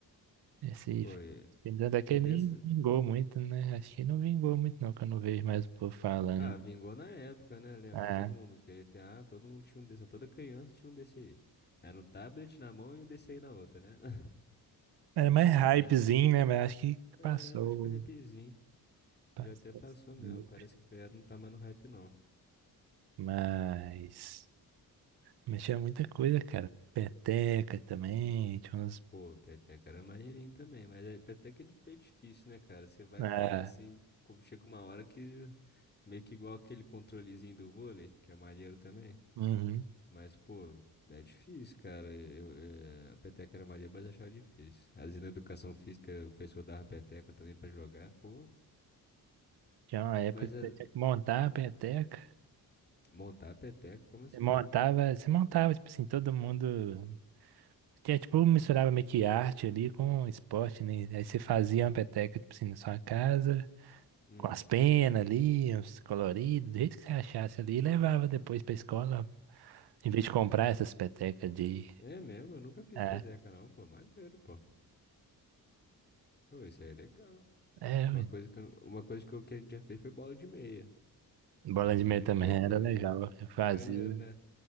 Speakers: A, on the right; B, on the left.
A: Esse
B: Foi.
A: filme até que
B: E dessa.
A: nem vingou muito, né? Acho que não vingou muito, não, que eu não vejo mais o povo falando.
B: Ah, vingou na época, né? Lembro
A: Ah,
B: que todo mundo queria ter, ah, todo mundo tinha um desse, toda criança tinha um desse aí. Era um tablet na mão e um desse aí na outra, né? <laughs>
A: Era
B: Mas,
A: mais hypezinho,
B: mas
A: né? Mas acho que
B: é,
A: passou.
B: eu acho que é um hypezinho.
A: Passou.
B: Já até passou
A: esse
B: mesmo.
A: hype.
B: Parece que a galera não tá mais no hype, não.
A: Mas. Mas tinha muita coisa, cara. Peteca também. Tinha uns.
B: Pô, peteca era maneirinho também, mas é, peteca é de- bem difícil, né, cara? Você vai
A: Ah,
B: assim, quando chega uma hora que meio que igual aquele controlezinho do vôlei, que é maneiro também.
A: uhum.
B: Mas, pô, é difícil, cara. Eu, eh, a peteca era maneira, mas achava difícil. Às vezes na educação física, o professor dava peteca também pra jogar, pô.
A: Tinha uma época
B: Mas
A: que
B: eh,
A: você tinha que montar a peteca.
B: montar a peteca, como assim?
A: Você montava, você montava, tipo assim, todo mundo. Tinha, tipo, misturava meio que arte ali com esporte, né? Aí você fazia uma peteca, tipo assim, na sua casa,
B: Hum.
A: com as penas ali, uns coloridos, do jeito que você achasse ali, e levava depois pra escola Em vez de comprar essas petecas de.
B: É mesmo, eu nunca fiz
A: É,
B: peteca não, pô. Maneiro, pô. Pô, isso aí é legal.
A: é,
B: Uma
A: ué.
B: coisa que, eu não- uma coisa que, eu, que a gente já fez foi bola de meia.
A: bola
B: Bola de
A: de
B: meia
A: meia
B: é maneiro
A: também
B: também.
A: era legal. Eu fazia,
B: Maneiro, né?